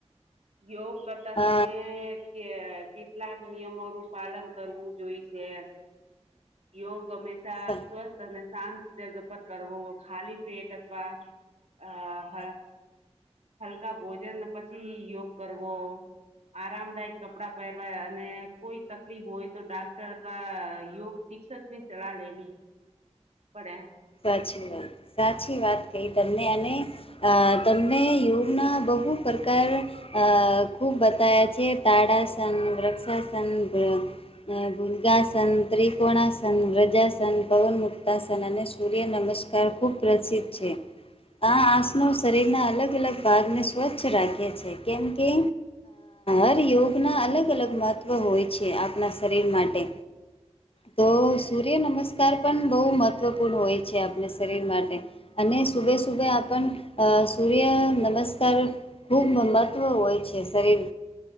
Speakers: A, on the right (about 75°); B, on the left (about 55°).
A: યોગ કરતા સમય
B: અ,
A: કે કેટલાક નિયમોનું પાલન કરવું જોઈ છે યોગ હમેશા
B: સ-
A: છા સ્વસ્થ અને શાંત જગ પર કરવો, હોય ખાલી પેટ અથવા અ હ હલકા ભોજન પછી યોગ કરવો. આરામદાયક કપડા પહેરવાય અને કોઈ તકલીફ હોય તો ડાક્ટર અથવા યોગ શિક્ષક ની ચલાહ લેવી પડે
B: સાચી વાત સાચી વાત કઈ તમને આ તમને યોગના બ બહુ પ્રકાર ખૂબ બતાયા છે. તાડાસન, વૃક્ષાસન ભુર્ગાસન, ત્રિકોણાસન, વ્રજાસન, પવન મુક્તાસન અને સૂર્ય નમસ્કાર ખૂબ પ્રસિદ્ધ છે. આ આસનો શરીરના અલગ અલગ ભાગને સ્વચ્છ રાખે છે. કેમ કે હર યોગના અલગ અલગ મહત્ત્વ હોય છે, આપણા શરીર માટે. તો સૂર્ય નમસ્કાર પણ બહું મહત્વ પૂણ હોય છે, આપણે શરીર માટે અને સુભે સુભે આપણ સૂર્ય નમસ્કાર સર ખૂબ મહત્ત્વ હોય છે, શરીર